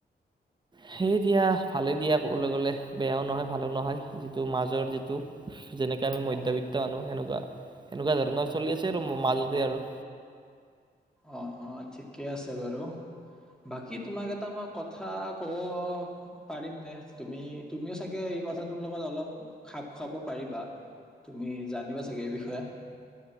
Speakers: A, on the right; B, in the centre.
A: সেই দিয়া ভালে দিয়া ক'বলৈ গলে বেয়াও নহয় ভালো নহয় যিটো মাজৰ যিটো। যেনেকে আমি মধ্যবিত্তৰ
B: অ
A: আনো সেনেকুৱা। এনেকুৱা ধৰণৰ চলি আছে আৰু মো মাজতে আৰু।
B: অ অ ঠিকে আছে বাৰু বাকী তোমাক এটা মই কথা ক'ব পাৰিমনে তুমি তুমিও চাগে এই কথাটোৰ লগত অলপ খাপ খুৱাব পাৰিবা তুমি জানিবা চাগে এই বিষয়ে।